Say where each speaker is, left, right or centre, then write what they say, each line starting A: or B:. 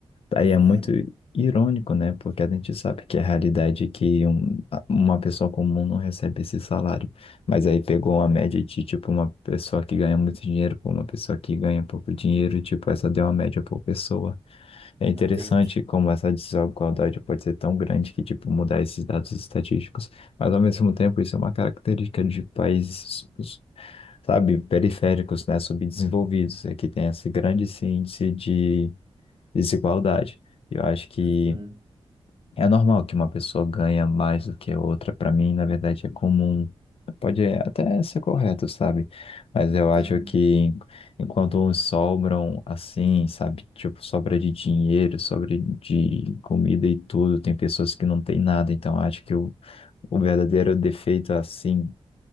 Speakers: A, on the left; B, on the right.
A: Aí
B: Uhum,
A: é muito irônico, né? Porque a gente sabe que é a realidade é que um- a- uma pessoa comum não recebe esse salário. Mas aí pegou uma média de, tipo, uma pessoa que ganha muito dinheiro por uma pessoa que ganha pouco dinheiro, tipo, essa deu uma média por pessoa. É interessante
B: entendi.
A: como essa desigualdade pode ser tão grande que, tipo, mudar esses dados estatísticos. Mas, ao mesmo tempo, isso é uma característica de países, sabe, periféricos, né? Subdesenvolvidos. É que tem esse grande índice de desigualdade. Eu acho que
B: Uhum,
A: é normal que uma pessoa ganha mais do que a outra. Para mim, na verdade, é comum. Pode até ser correto, sabe? Mas
B: entendo.
A: eu acho que enquanto uns sobram assim, sabe? Tipo, sobra de dinheiro, sobra de comida e tudo, tem pessoas que não têm nada. Então, eu acho que o, o verdadeiro defeito assim